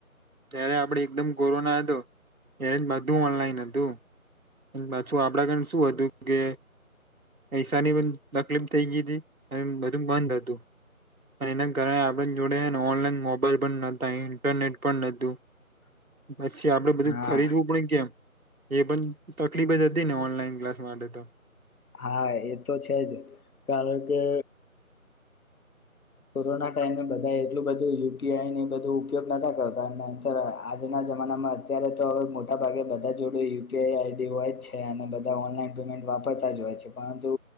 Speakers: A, on the right; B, on the left.
A: ત્યારે આપડે એકદમ કોરોના હતો ત્યારે બધું ઓનલાઈન હતું. પાછું આપડા ગને શું હતું કે પૈસાની બ તકલીફ થઇ ગી હતી અને બધું બંધ હતું. એના કારણે આપણે જોડે ઓનલાઈન મોબાઈલ પણ નતા ઇન્ટરનેટ પણ નતું
B: <inaudible>
A: પછી આપડે બધું
B: હા
A: ખરીદવું પડ કેમ એ પણ તકલીફ જ હતી ને ઓનલાઈન ક્લાસ માટે ત
B: હા એ તો છે જ કારણ કે કોરોના ટાઈમે બધા એટલું બધું યુપીઆઈ ની બધું ઉપયોગ ન કરતા નહીતર આજના જમાનામાં અત્યારે તો હવે મોટા ભાગે બધા જોડે યુપીઆઈ આઈડી હોય જ છે અને બધા ઓનલાઈન પેમેન્ટ વાપરતા જ હોય છે, પરંતુ